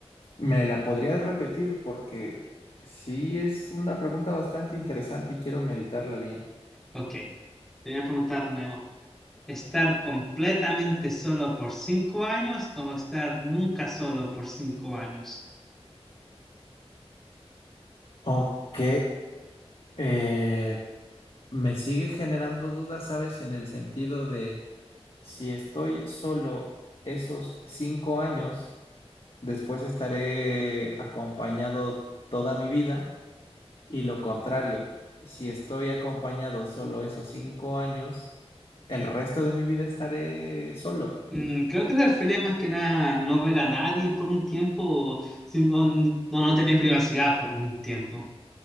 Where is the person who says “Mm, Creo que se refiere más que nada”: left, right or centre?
Centre